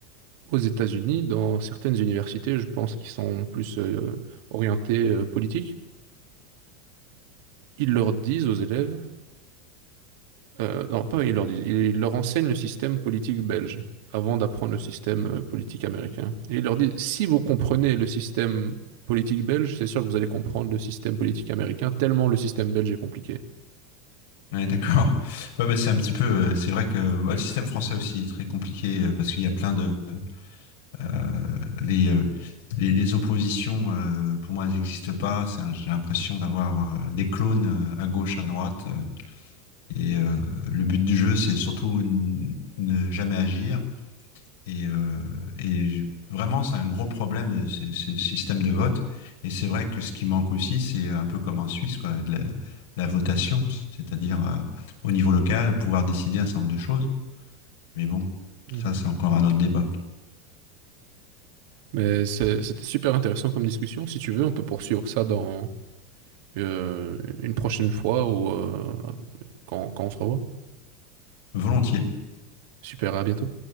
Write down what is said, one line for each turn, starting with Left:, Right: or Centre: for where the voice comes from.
Right: aux États-Unis, dans certaines universités, je pense qu'ils sont plus euh, orientées euh, politiques, ils leur disent aux élèves, euh, non, pas ils leur disent, ils leur enseignent le système politique belge avant d'apprendre le système euh, politique américain. Et ils leur disent, si vous comprenez le système politique belge, c'est sûr que vous allez comprendre le système politique américain, tellement le système belge est compliqué.
Left: Ouais, d'accord. <laughs> Ouais, bah, c'est un petit peu. euh, c'est vrai que ouais, le système français aussi est très compliqué euh, parce qu'il y a plein de. euh, les, euh, les, les oppositions, euh, pour moi, elles n'existent pas. C'est un- J'ai l'impression d'avoir euh, des clones euh, à gauche, à droite. euh, et euh, le but du jeu, c'est surtout n- ne jamais agir. Et, euh, et j- vraiment, c'est un gros problème, ce, ce système de vote. Et c'est vrai que ce qui manque aussi, c'est un peu comme en Suisse, quoi, de la, la votation, c'est-à-dire euh, au niveau local, pouvoir décider un certain nombre de choses. Mais bon,
Right: Mhm.
Left: ça, c'est encore un autre débat.
Right: Mais c'est- c'était super intéressant comme discussion. Si tu veux, on peut poursuivre ça dans euh, une prochaine fois ou euh, quand quand on se revoit.
Left: Volontiers.
Right: Super, à bientôt.